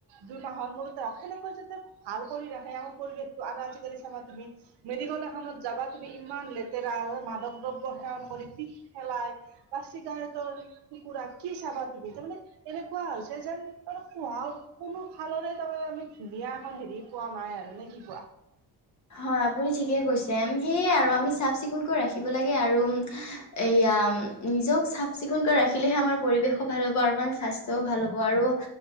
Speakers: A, on the right; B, on the left.
A: যোন মাহৰ মূৰতে হওক সেনেকৈ যাতে ভাল কৰি ৰাখে আৰু পৰিৱেশটো আৰু আজিকালি চাবা তুমি মেডিকেল এখনত যাবা তুমি ইমান লেতেৰা মাদক দ্ৰব্য ধণ কৰি পিত পেলাই বা চিগাৰেতৰ টুকুৰা কি চাবা তুমি তাৰমানে এনেকুৱা হৈছে যেন ম কহা কোনো ফালৰে তাৰমানে আমি ধুনীয়া এখন হেৰি পোৱা নাই আৰু ন কি কোৱা
B: হয় আপুনি ঠিকে কৈছে সেইয়ে আৰু আমি চাফ চিকুণকৈ ৰাখিব লাগে আৰু এইয়া নিজক চাফ চিকুণকৈ ৰাখিলেহে আমাৰ পৰিৱেশো ভাল বাৰমান স্বাস্থ্যও ভাল হ'ব আৰু